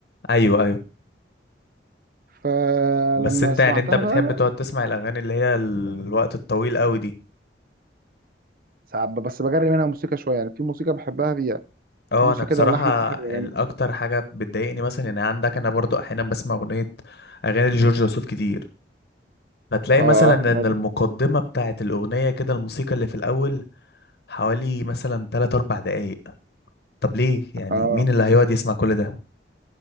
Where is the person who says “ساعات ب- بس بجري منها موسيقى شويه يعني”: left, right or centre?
Right